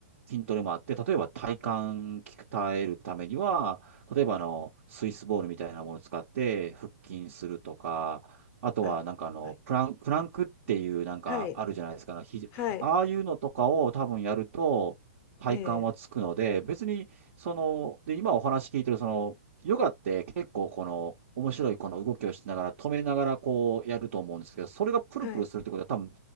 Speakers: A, on the right; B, on the left.
A: 筋トレもあって、例えば体幹鍛えるためには、例えばあの、スイスボールみたいなものを使って腹筋するとか、あとはなんかあの、
B: あ、はい。
A: プラン、プランクっていうなんかあるじゃないですか、
B: はい。
A: あのひじああいうのとかを多分やると体幹はつくので、
B: はい。ええ
A: 別にその、で、今お話聞いてる、その、ヨガって結構この、面白いこの動きをしながら、止めながらこうやると思うんですけど、それがプルプルするってことは多分、
B: はい。